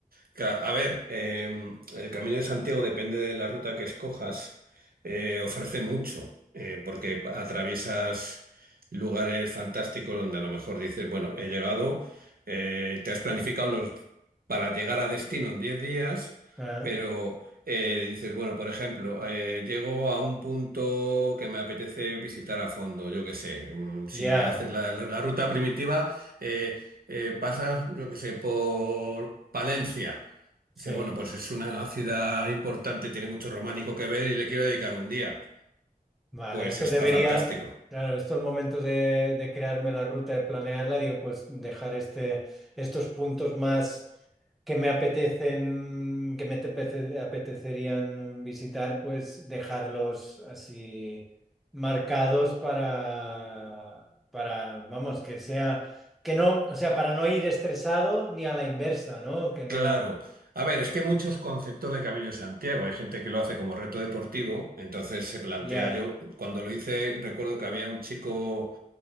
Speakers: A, on the right; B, in the centre.
A: Claro, A ver, eh, el Camino de Santiago depende de la ruta que escojas, eh, ofrece mucho, eh, porque atraviesas lugares fantásticos donde a lo mejor dices, bueno, he llegado, eh, te has planificado los, para llegar a destino en 10 días,
B: Ah,
A: pero eh, dices, bueno, por ejemplo, eh, llego a un punto que me apetece visitar a fondo, yo qué sé, mm, si
B: Ya,
A: haces la, la ruta primitiva eh, eh, pasas, yo qué sé, por Palencia.
B: sí.
A: Dices, bueno, pues es una ciudad importante, tiene mucho románico que ver y le quiero dedicar un día.
B: Vale,
A: Pues
B: esto
A: está
B: debería,
A: fantástico.
B: claro, esto es el momento de, de crearme la ruta, de planearla, digo, pues dejar este, estos puntos más. que me apetecen, que me te apete- apetecerían visitar, pues dejarlos así marcados para, para, vamos, que sea, que no, o sea, para no ir estresado ni a la inversa, ¿no? Que no,
A: Claro. A ver, es que hay muchos conceptos de Camino de Santiago. Hay gente que lo hace como reto deportivo, entonces se plantea
B: ya,
A: yo, cuando lo hice, recuerdo que había un chico,